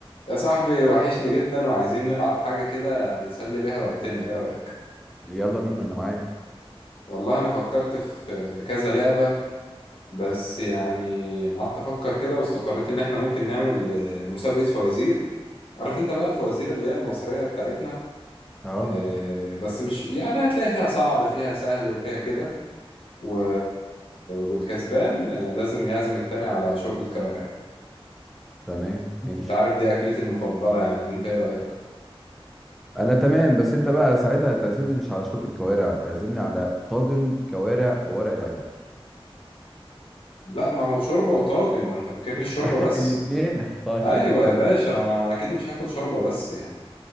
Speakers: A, on the left; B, in the centre.
A: يا صاحبي وحشني جدا وعايزين نلعب حاجة كده نسلي بيها وقتنا ايه رأيك؟
B: يلا بينا انا معاك
A: والله انا فكرت في في كذا لعبة بس يعني قعدت افكر كده واستقريت ان احنا ممكن نعمل آه، مسابقة فوازير عارف انت بقى الفوازير اللي هي المصرية بتاعتنا
B: اه
A: آه، بس مش يعني هتلاقي فيها صعب فيها سهل وفيها كده و... والكسبان آه، لازم يعزم التاني على شوربة كوارع
B: تمام ماشي
A: انت عارف دي اكلتي المفضلة يعني انت ايه رأيك؟
B: انا تمام بس انت بقى ساعتها هتعزمني مش على شوربة كوارع تعزمني على طاجن كوارع بورق العنب
A: لا ما هو شوربة وطاجن وانت فاكرني الشوربة
B: <laughs>
A: بس
B: الاتنين <laughs> طيب
A: ايوه يا باشا انا اكيد مش هاكل شوربه بس يعني